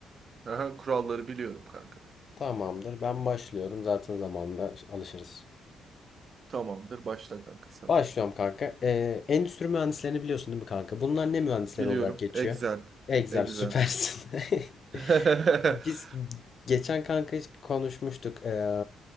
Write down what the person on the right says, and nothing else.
Aha, kuralları biliyorum kanka.
Tamamdır başla kanka sen.
Biliyorum.
Excel.
Excel.
<laughs>